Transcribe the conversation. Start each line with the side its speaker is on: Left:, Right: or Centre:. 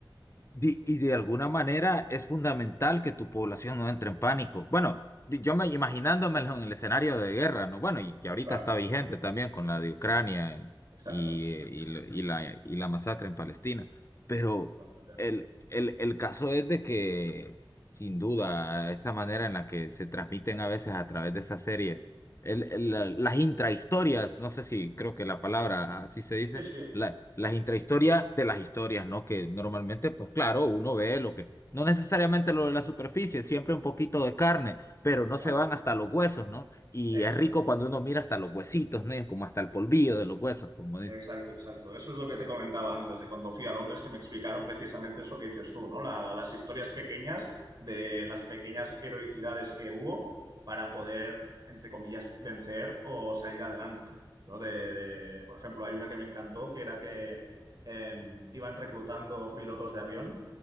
Left: Di- Y de alguna manera es fundamental que tu población no entre en pánico. Bueno, di- yo me imaginándomelo en el escenario de guerra, ¿no? Bueno, y que ahorita
Right: Claro,
Left: está
Right: claro,
Left: vigente también con la de Ucrania eh,
Right: exacto,
Left: y, y la, y la y la masacre en Palestina. Pero
Right: totalmente.
Left: el, el, el caso es de que, sin duda, esta manera en la que se transmiten a veces a través de esa serie, el, el- la- las intrahistorias, no sé si creo que la palabra así se dice
Right: Sí, sí,
Left: la, las intrahistorias de las historias, ¿no? Que normalmente, pues claro, uno ve lo que, no necesariamente lo de la superficie, siempre un poquito de carne, pero no
Right: claro,
Left: se van hasta los huesos, ¿no? Y
Right: exacto.
Left: es rico cuando uno mira hasta los huesitos, ¿no? Como hasta el polvillo de los huesos, como dicen.
Right: Exacto, exacto. Eso es lo que te comentaba antes, de cuando fui a Londres, que me explicaron precisamente eso que dices tú, ¿no? La- las historias pequeñas de las pequeñas heroicidades que hubo para poder, entre comillas, vencer o salir adelante, ¿no? De, de- por ejemplo, hay una que me encantó, que era que eh, iban reclutando pilotos de avión